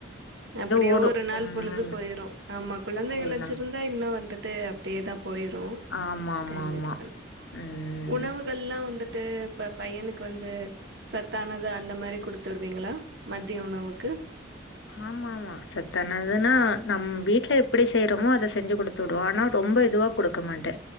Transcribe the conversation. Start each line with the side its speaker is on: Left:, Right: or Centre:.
Right: அப்டியே
Left: ஓடு
Right: ஒரு நாள்
Left: ம்
Right: பொழுது போயிரு ஆமா குழந்தைகள்
Left: ஒரு
Right: வெச்சிருந்தா
Left: நாள்
Right: இன்னு வந்துட் ட்டு அப்டியேதா போயிரு
Left: ஆமா ஆமா
Right: டைம்
Left: ஆமா
Right: இதுபன்
Left: ம்
Right: உணவுகள்லா வந்துட் ட்டு இப்ப பைய்யனுக்கு வந்து சத்தானது அந்த மாரி குடுத்து விடறீங்ளா மத்திய உணவுக்கு
Left: ஆமாமா சத்தானதுனா நம் வீட்ல எப்டி செய்றமோ அத செஞ்சு குடுத்துடுவோ ஆனா ரொம்ப இதுவா குடுக்கமாட்ட